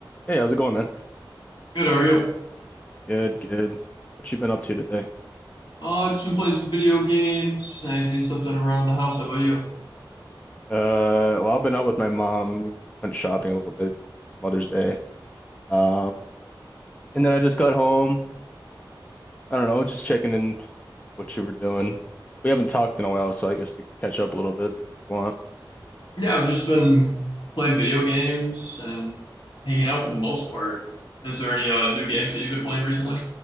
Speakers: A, on the left; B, on the left.
A: Hey, how's it going, man?
B: Good, how are you?
A: Good, good. What you been up to today?
B: Uh, just been playing some video games and getting stuff done around the house. How about you?
A: Uh, well, I've been out with my mom. We went shopping a little bit. It's Mother's Day. Um, and then I just got home. I don't know, just checking in what you were doing. We haven't talked in a while, so I guess we can catch up a little bit if you want.
B: Yeah, I've just been playing video games and hanging out for the most part. Is there any uh, new games that you've been playing recently?